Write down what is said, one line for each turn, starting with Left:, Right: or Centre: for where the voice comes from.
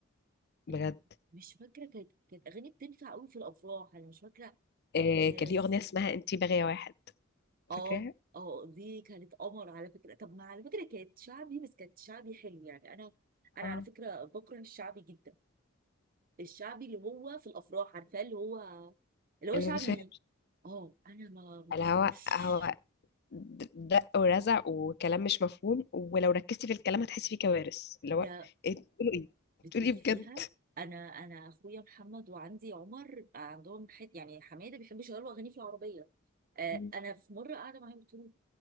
Left: بجد
Right: آه، مش فاكره كانت كانت اغاني بتنفع قوي في الافراح انا مش فاكره
Left: آه
Right: آه،
Left: كان ليه اغنيه اسمها انتي بغايا واحد
Right: اه
Left: فاكراها
Right: اه دي كانت قمر على فكره طب ما على فكره كانت شعبي بس كانت شعبي حلو يعني انا انا
Left: اه
Right: على فكره بكره الشعبي جدا الشعبي اللي هو في الافراح عارفاه اللي هو اللي هو
Left: اللي
Right: شعبي
Left: مش فاهم
Right: اه انا ما بتقولوش
Left: الهواء هواء دق ورزع وكلام مش مفهوم ولو ركزتي في الكلام هتحسي فيه كوارث اللي
Right: ده
Left: هو ايه بتقولوا ايه
Right: بتقولي
Left: بتقولي ايه بجد
Right: فيها انا انا اخويا محمد وعندي عمر عندهم حت يعني حماده بيحب يشغلوا اغاني في العربيه آه
Left: مم.
Right: انا في مره قاعده معاهم قلت له